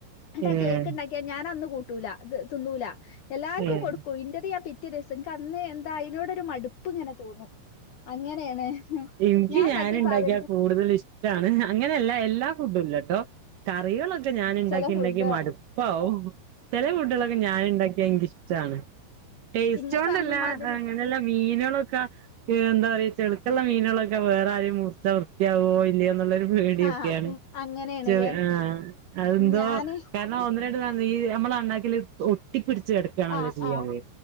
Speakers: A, on the left; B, on the right.
A: ണ്ടാക്കിയ
B: ഏഹ്
A: കേക്കണ്ടാക്കിയാ ഞാൻ അന്നു കൂട്ടൂല അത് തിന്നൂല എല്ലാർക്കും
B: ഏഹ്
A: കൊടുക്കൂ ഇന്റത് ഞാ പി റ്റെദെസം ക്ക് അന്ന് എന്താ അതിനോടൊരു മടുപ്പ് ങ്ങനെ തോന്നും അങ്ങനെയാണ്.
B: എനിയ്ക്ക്
A: ഞാൻ ഉണ്ടാക്കിയ
B: ഞാന്
A: സാധനത്തി
B: ണ്ടാക്കിയാ കൂടുതൽ ഇഷ്ടണ് അങ്ങനെല്ല എല്ലാ ഫുഡും ഇല്ലട്ടോ. കറികളൊക്കെ ഞൻ ണ്ടാക്കി
A: ചില ഫുഡ്
B: ണ്ടാക്കി മടുപ്പവും. ചെല ഫുഡുകളൊക്കെ ഞന്ണ്ടാക്കിയ ഇൻയ്ക്ക് ഇഷ്ടണ്. ടേസ്റ്റ്
A: ഇങ്ങള്
B: ണ്ടല്ല
A: പറഞ്ഞ മാതിരി
B: അങ്ങനെല്ല മീനുകളൊക്ക ഏ എന്താ പറയാ ചെള്ക്കള്ള മീനുകളൊക്കെ വേറെ ആരെ മുർ ർചാ വൃത്തിആവോ ഇല്ല്യേ ന്നുള്ളൊരു പേടിയൊക്കെയാണ്.
A: ആ അങ്ങനെയാണ്ല്ലേ
B: ചെള് ആഹ് അത് എന്തോ
A: ഞാന്
B: ക ന്നാ ഒന്ന് രണ്ട് <unintelligible> അമ്മള അണ്ണാക്കില് ഒട്ടിപ്പിച്‌ കെടക്കും. ണല്ലോ
A: ആ
B: ചെയ്യാെ
A: ആ